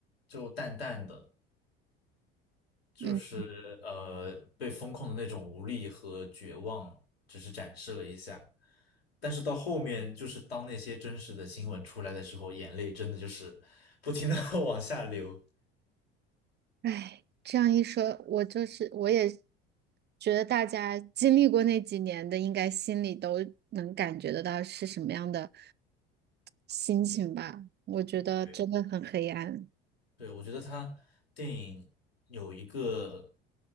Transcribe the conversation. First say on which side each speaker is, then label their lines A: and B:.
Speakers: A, on the left; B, on the right.
A: 就淡淡的。就是呃被封控的那种无力和绝望，
B: 嗯
A: 只是展示了一下。但是到后面，就是当那些真实的新闻出来的时候，眼泪真的就是不停的 <laughs> 往下流。
B: 哎，这样一说，我就是我也觉得大家经历过那几年的，应该心里都能感觉得到是什么样的心情吧。我觉得真的很黑暗。
A: 对。对，我觉得他电影有一个